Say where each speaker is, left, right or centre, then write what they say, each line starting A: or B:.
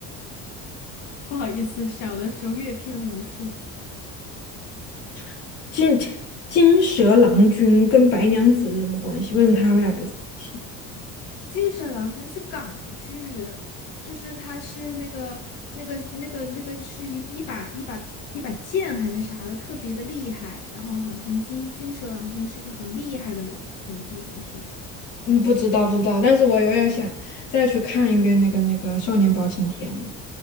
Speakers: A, on the left (about 80°); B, on the left (about 50°).
A: 不好意思，小的时候阅片无数。
B: <laughs> 金金蛇郎君跟白娘子是什么关系？为什么他们俩不在一起？
A: 金蛇郎君》是港剧，就是他是那个那个那个那个是一一把一把一把剑还是啥的，特别的厉害。然后好像金金蛇郎君是一个很厉害的人，我记得是。
B: 嗯，不知道不知道，但是我有点想再去看一遍那个那个《少年包青天》了。